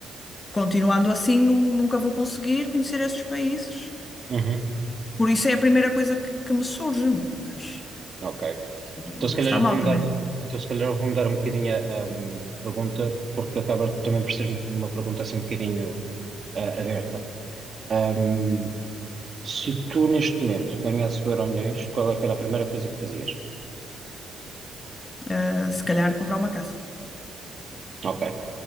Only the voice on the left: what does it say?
continuando assim, nun- nunca vou conseguir conhecer estes países,
por isso é a primeira coisa que, que me surge, mas
não
está
mal
também,
eh, se calhar comprar uma casa.